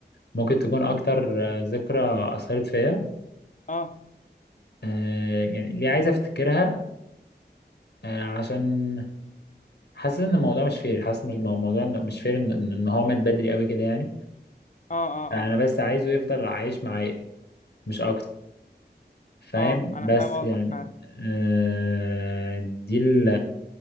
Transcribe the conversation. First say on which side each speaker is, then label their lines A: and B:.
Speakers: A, on the left; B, on the left.
A: ممكن تكون اكتر آه، ذكرى اثرت فيا
B: اه
A: آه، يعني ليه عايز افتكرها آه، عشان حاسس ان الموضوع مش فير حاسس مش مو- موضوع إن- مش فير ان إن- إن هو مات بدري قوي كده يعني
B: اه اه
A: فانا
B: اه
A: بس عايزه يفضل عايش معايا مش اكتر فاهم
B: اه انا
A: بس
B: فاهم قصدك
A: يعني
B: فعلا
A: آه دي ال...